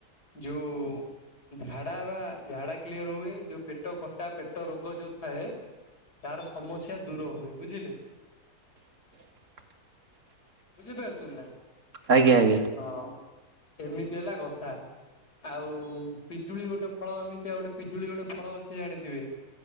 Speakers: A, on the left (about 80°); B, on the right (about 50°).
A: ଯୋଉ ଝାଡା ବା ଝାଡା କ୍ଲିୟର ହୁଏ ଯୋଉ ପେଟ ଖଟା ପେଟ ରୋଗ ଯୋଉ ଥାଏ ତାର ସମସ୍ୟା ଦୂର ହୁଏ ବୁଝିଲେ?
B: <unintelligible>
A: ବୁଝିପାରୁଛନ୍ତି ନାଁ
B: ଆଜ୍ଞା ଆଜ୍ଞା
A: ହଁ। ଏମିତି ହେଲା କଥା ଆଉ ପିଜୁଳି ଗୋଟେ ଫଳ ଏମିତିଆ ଗୋଟେ ପିଜୁଳି ଗୋଟେ ଫଳ ଅଛି ଜାଣିଥିବେ?